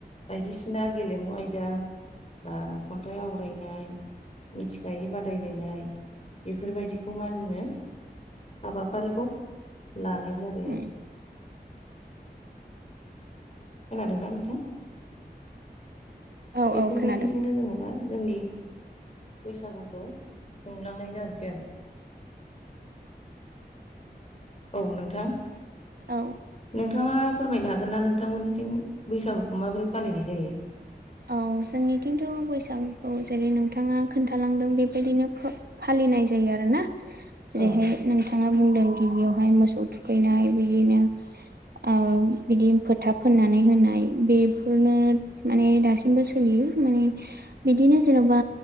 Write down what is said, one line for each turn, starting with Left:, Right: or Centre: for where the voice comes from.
Left: बायदिसिना गेलेमु आयदा बा खन्थाइ आवरायनाय मिथिखायोबा बादायलायनाय बेफोरबायदिखौ मा जोङो हाबाफारिखौ लानाय जाबाय
Right: उम
Left: आरो खोनादोंना नोंथां
Right: औ
Left: बेफोरबायदिजोंनो
Right: औ खोनादों
Left: जोङो मा जोंनि बैसागुखौ खुंलांनाय जासै आरो औ नोंथां
Right: औ
Left: नोंथाङा फोरमायनो हागोन ना नोंथांमोननिजोंं बैसागुखौ माबोरै फालिनाय जायो?
Right: औ जोंनिथिंथ' बैसागुखौ जेरै नोंथाङा खोन्थालांदों बेबायदिनो फालिनाय जायोग आरो ना जेरैहाय
Left: औ
Right: नोंथाङा बुंदों गिबियावहाय मोसौ थुखैनाय बिदिनो ओ बिदि फोथा फोननानै होनाय बेफोरनो माने द सिमबो सोलियो माने बिदिनो जेन'बा